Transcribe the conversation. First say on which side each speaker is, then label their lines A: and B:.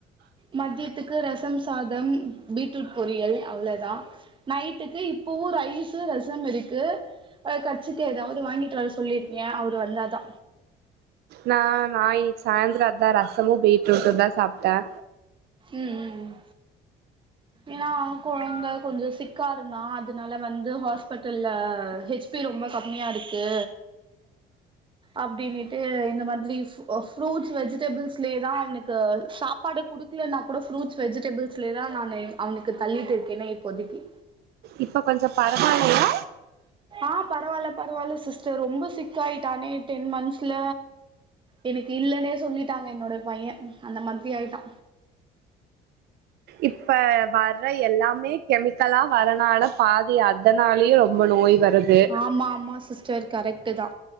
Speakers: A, on the right; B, on the right.
A: மதியத்துக்கு ரசம் சாதம் பீட்ரூட் பொரியல் அவ்வளோதா நைட்டுக்கு இப்பவு ரைஸு ரசம் இருக்கு ச்சிட்டு எதாவ்து வாங்கிட்டு வர சொல்லியிருகே அவுரு வந்தாதா
B: நா நா இன்னிக் சாய்ந்தர அதா ரசமூ பீட்ரூட்டுந்தா சாப்ட்ட
A: ம் ம் ம் ஏன்னா அவ கொழந்த கொஞ்சொ சிக்காருந்தா அதனால வந்து ஹாஸ்பிட்டல்ல ஹெச் பி ரொம்ப கம்மியாருக்கு அப்டின்ட்டு இந்த மாதிரி ஃப்ரூட்ஸ் வெஜிடபிள்ஸ்லேயே தா அவனுக்கு சாப்பாடு குடுத் வீட்ல நா கூட ஃப்ரூட்ஸ் வெஜிடபிள்ஸ்லே தா நானு அவனுக்கு தள்ளிட்டிருக்கேனே இப்போதைக்கி
B: இப்ப கொஞ்சம் பரவால்லயா
A: ஆ பரவால்ல பரவால்ல சிஸ்டர் ரொம்ப சிக்காயிட்டானே டென் மந்த்ஸ்ல எனக்கு இல்லன்னே சொல்லிட்டாங்க என்னோட பையன் அந்த மாதிரி ஆயிட்டா
B: இப்போ வர்ற எல்லாமே கெமிக்கலா வரனால பாதி அதனாலயே ரொம்ப நோய் வருது
A: ஆமா ஆமா சிஸ்டர் கரெட்டு தா